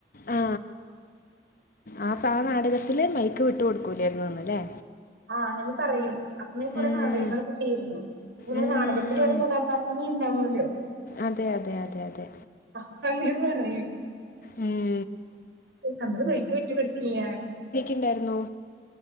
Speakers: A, on the left; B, on the right.
A: ആ ആ നാടകത്തില് മൈക്ക് വിട്ടു കൊടുക്കൂലായിരുന്നുന്നല്ലേ
B: ആഹ് ഞാൻ പറയും അപ്പനും കുറെ
A: ഉം,
B: നാടകങ്ങളൊക്കെ ചെയ്തിരുന്നു നമ്മുടെ
A: ഉം,
B: നാടകത്തില ഒരു കഥാപാത്രമേ ഉണ്ടാവല്ലോ
A: അതെ അതെ അതെ അതെ
B: അപ്പ എങ്കിലും പറയും
A: മ്
B: നമ്മള് ബൈക്ക് വിറ്റ് <unintelligible>
A: ഇണ്ടായിരുന്നോ